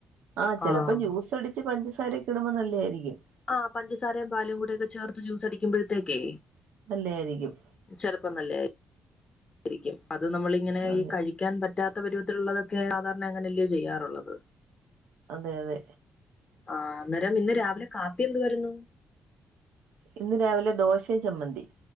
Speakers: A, on the right; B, on the left.
A: ആ ചിലപ്പോ
B: ആഹ്
A: ജ്യൂസ് തൊടിച്ച് പഞ്ചാരൊക്ക ഇടുമ്പോൾ നല്ലതായിരിക്കും
B: ആ് പഞ്ചാരയും പാലും കൂടെ ഒക്കെ ചേർത്ത് ജ്യൂസ് അടിക്കുമ്പോഴത്തേക്കേ
A: നല്ലയായിരിക്കും
B: ചെറപ്പം നല്ലരിക്കും അത് നമ്മളിങ്ങനെ
A: അതെ
B: കഴ- ക്കാൻ പറ്റാത്ത പരുവത്തിലുള്ളതൊക്കെ സാധാരണ അങ്ങനെയല്ലയോ ചെയ്യാറുള്ളത്
A: അതെ അതെ
B: ആ അന്നേരം ഇന്ന് രാവിലെ കാപ്പി എന്ത് വരുന്നു
A: ഇന്ന് രാവിലെ ദോശയും ചമ്മന്തി